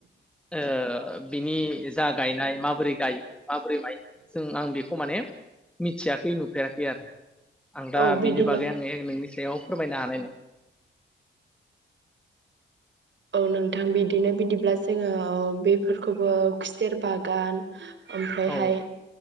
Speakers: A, in the centre; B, on the right (about 70°).
A: ओ बिनि जा गायनाय माबोरै गायो माबोरै मायनो जों आं बेखौ खौ माने मिथियाखै नुफेराखै आरो आं दा
B: औ बिदिनो
A: बिनि बागै आंङो नोंनि सयाव फोरमायनो हानाय नो
B: औ नोंथां बिदिनो बिदिब्ला जोंङो औ बेफोरखौबो खुसेर बागान ओमफ्राय
A: औ
B: हाय